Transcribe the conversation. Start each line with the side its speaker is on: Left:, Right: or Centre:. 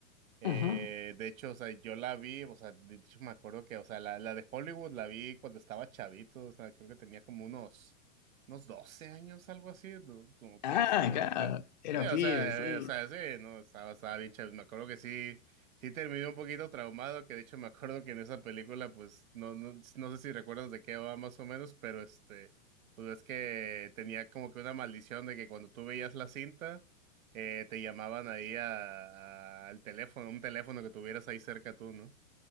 Right: Eh,
Left: Ujú.
Right: de hecho, o sea, yo la vi, o sea, de hecho me acuerdo que, o sea, la, la de Hollywood la vi cuando estaba chavito, o sea, creo que tenía como unos, unos 12 años, algo así, do- como 13
Left: Ah, claro,
Right: de-
Left: era
Right: sí, o
Left: pibe,
Right: sea,
Left: sí.
Right: eh, o sea, sí, no, estaba, estaba bien chavito, me acuerdo que sí, sí terminé un poquito traumado, que de hecho me acuerdo que en esa película, pues, no, no, no sé si recuerdas de qué va más o menos, pero este, pues es que tenía como que una maldición de que cuando tú veías la cinta, eh, te llamaban ahí a- a- al teléfono, un teléfono que tuvieras ahí cerca tú, ¿no?